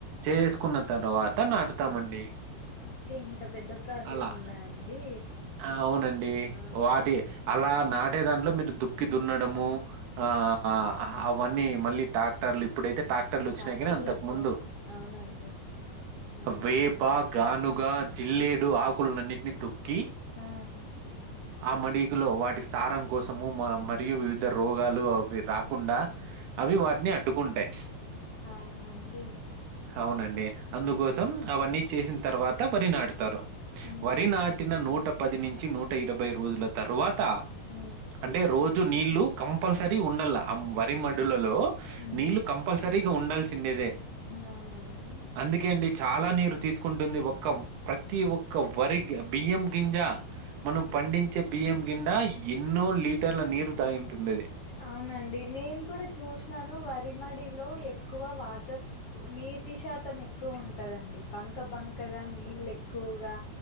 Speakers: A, on the right; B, on the left.
A: చేసుకున్న తర్వాత నాటుతామండి
B: ఓకే ఇంత పెద్ద ప్రాసెస్
A: అలా
B: ఉందా అండి
A: అవునండి
B: ఆహా
A: వాటి అలా నాటే దాంట్లో మీరు దుక్కి దున్నడము ఆ అవన్నీ మళ్ళీ టాక్టర్లు ఇప్పుడైతే ట్రాక్టర్లు వచ్చినాయి
B: ట్రాక్టర్లు
A: కానీ అంతకు
B: వచ్చేసినాయి
A: ముందు
B: అవునండి మ్మ్
A: వే ప గానుగా జిల్లేడు ఆకులన్నిటిని తొక్కి
B: ఆ
A: ఆ మడిగులో వాటికి సారం కోసము మరియు వివిధ రోగాలు అవి రాకుండా అవి వాటిని అడ్డుకుంటాయి
B: అవునా అండి
A: అవునండి అందుకోసం అవన్నీ చేసిన తర్వాత వరి నాటుతారు
B: మ్మ్
A: వరి
B: హ్మ్
A: నాటిన నూట పది నుంచి నూట ఇరవై రోజుల తర్వాత
B: హు
A: అంటే రోజు నీళ్లు కంపల్సరీ ఉండలా ఆ వరి మడులలో
B: ఉమ్
A: నీళ్లు కంపల్సరీగా ఉండాల్సిండేదే
B: అవునా అండి
A: అందుకే అండి చాలా నీరు తీసుకుంటుంది ఒక ప్రతి ఒక్క వరి బియ్యం గింజ మనం పండించ బియ్యం కిండా ఎన్నో లీటర్ల నీరు తాగింటుందది
B: అవునండి నేను కూడా చూసినాను వరిమడిలో ఎక్కువ వాటర్ నీటి శాతం ఎక్కువ ఉంటదండి బంక బంకగా నీళ్ళ ఎక్కువగా